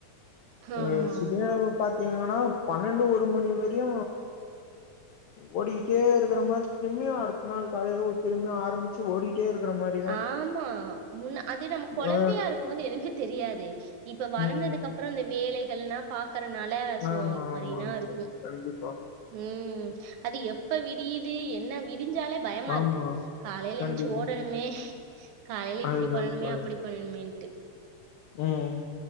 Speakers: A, on the right; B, on the left.
A: ஆமா,
B: அ <unintelligible>
A: ஆமா.
B: பாத்தீங்கன்னா பன்னெண்டு ஒரு மணி வரையு ஓடிக்கிட்டே இருக்ற மாரி திரும்பியு அடுத்த நாள் காலைல திரும்ப ஆரம்பிச்சி ஓடி டே இருக்ற மாரி
A: ஆமா முன்ன அது நம்ம கொழந்தையா
B: ஆ
A: இருக்கும் போது எதுமே தெரியாதே இப்ப வளந்ததுக்கு
B: ம்
A: அப்றோ இந்த வேலைகள்னா பாக்றனால சோ
B: ஆமா
A: அந்த மாரிதா
B: ஆமாங்
A: இருக்கு
B: தோழி கண்டிப்பா
A: ம் அது எப்ப விடியிது என்ன விடிஞ்சாலே பயமா
B: ஆமா
A: இருக்கு காலைல
B: கண்டிப்பா
A: என்ச்சு ஓடணுமே காலைல
B: அதுதான்
A: இப்டி பண்ணணுமே
B: தோழி
A: அப்டி பண்ணனுமேன்டு
B: ம்